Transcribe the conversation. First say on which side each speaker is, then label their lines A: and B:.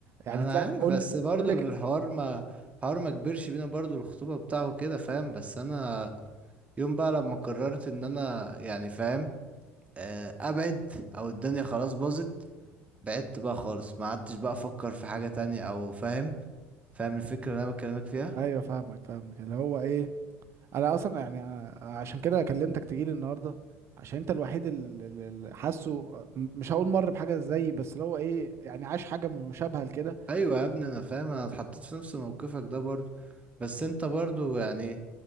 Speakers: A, on the right (about 40°); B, on the right (about 20°).
A: يعني
B: انا
A: طلعت
B: عارف
A: قول
B: بس
A: لي
B: برضو
A: قول لك
B: الحوار ما الحوار ما كبرش بينا برضو الخطوبة بتاعه كده فاهم بس انا يوم بقى لما قررت ان انا يعني فاهم آه، ابعد او الدنيا خلاص باظت بعدت بقى خالص ما عدتش بقى افكر في حاجة تانية او فاهم فاهم الفكرة اللي انا بكلمك فيها
A: ايوه فاهمك فاهمك اللي هو ايه انا اصلا يعني أنا عشان كده كلمتك تجيلي النهارده عشان انت الوحيد ال- ال- اللي حاسه م- مش هقول مر بحاجه زيي بس اللي هو ايه يعني عاش حاجه مشابهه لكده
B: ايوه يا ابني انا فاهم انا اتحطيت في نفس موقفك ده برضو بس انت برضو يعني